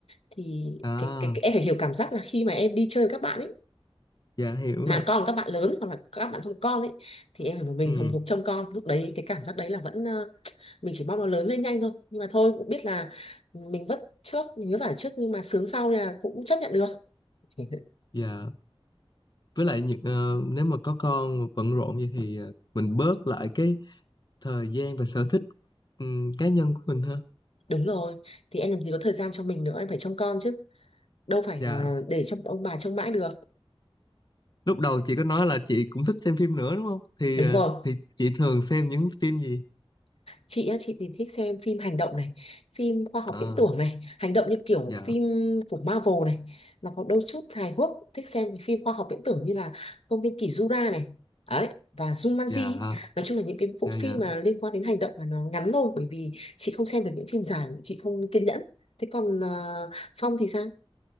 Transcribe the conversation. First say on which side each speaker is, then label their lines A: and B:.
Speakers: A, on the left; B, on the left.
A: thì
B: à,
A: cái, cái, cái em phải hiểu cảm giác là khi mà em đi chơi với các bạn ấy
B: dạ hiểu
A: mà
B: ạ.
A: còn các bạn lớn hoặc là các bạn không có con ấy thì em phải một mình
B: Ừ,
A: hùng hục trông con lúc đấy cái cảm giác đấy là vẫn ờ, mình chỉ mong nó lớn lên nhanh thôi nhưng mà thôi cũng biết là mình vất trước mình vất vả trước nhưng mà sướng sau nên là cũng chấp nhận được <laughs>
B: dạ. Với lại những ờ, nếu mà có con mà bận rộn vậy thì ờ, mình bớt lại cái thời gian và sở thích ừm, cá nhân của mình ha.
A: đúng rồi thì em làm gì có thời gian cho mình nữa em phải trông con chứ đâu phải
B: Dạ.
A: là để cho ông bà trông mãi được
B: Lúc đầu chị có nói là chị cũng thích xem phim nữa đúng không? Thì
A: đúng
B: ờ,
A: rồi
B: thì chị thường xem những phim gì?
A: chị á chị thì thích xem phim hành động này phim khoa học
B: À,
A: viễn tưởng này hành động như kiểu
B: dạ,
A: phim của Marvel này mà có đôi chút hài hước thích xem cái phim khoa học viễn tưởng như là công viên kỷ Jura này ấy và Jumanji
B: dạ,
A: ý. nói chung là những cái bộ
B: dạ,
A: phim
B: dạ,
A: mà liên quan đến hành động mà nó ngắn thôi bởi vì chị không xem được những phim dài chị không kiên nhẫn thế còn ờ, Phong thì sao